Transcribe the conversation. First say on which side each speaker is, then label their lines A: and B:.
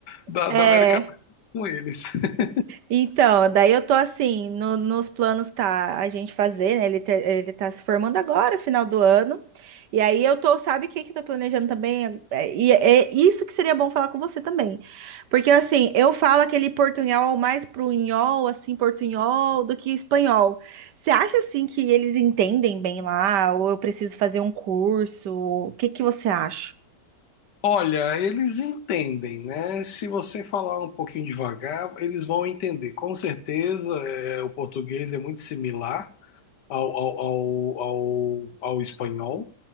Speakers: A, on the left (about 85°); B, on the right (about 85°).
A: da,
B: É,
A: da América Latina com eles. <laughs>
B: Então, daí eu tô assim, no- nos planos tá a gente fazer, né? Ele, tá- ele tá se formando agora, final do ano. E aí eu tô, sabe o que que eu tô planejando também? É, E é é isso que seria bom falar com você também. Porque assim, eu falo aquele portunhol mais pro unhol, assim, portunhol do que espanhol. Você acha assim que eles entendem bem lá? Ou eu preciso fazer um curso? O que que você acha?
A: Olha, eles entendem, né? Se você falar um pouquinho devagar, eles vão entender. Com certeza, é, o português é muito similar. ao, ao, ao, ao, ao espanhol.